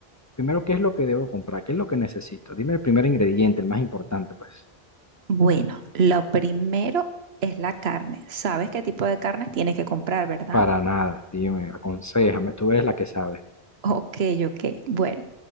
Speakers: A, on the left; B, on the right.
A: Primero, ¿qué es lo que debo comprar? ¿Qué es lo que necesito? Dime el primer ingrediente, el más importante, pues.
B: bueno, lo primero es la carne. ¿Sabes qué tipo de carnes tienes que comprar, verdad?
A: Para nada, dime, aconséjame, tú eres la que sabe.
B: Ok, ok. Bueno.